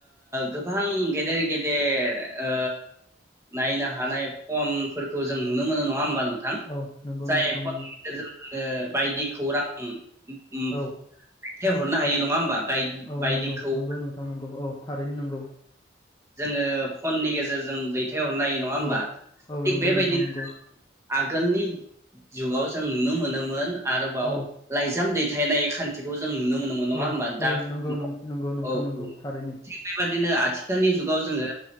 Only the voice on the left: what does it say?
औ नंगौ
नोंथां नंगौ
औ
औ
नंगौ नंगौ नोंथां नंगौ औ थारैनो नंगौ।
औ औ
नंगौ
नोंथां नंगौ
औ
औ
औ नंगौ
नं- नंगौ नोंथां
नंगौ थारैनो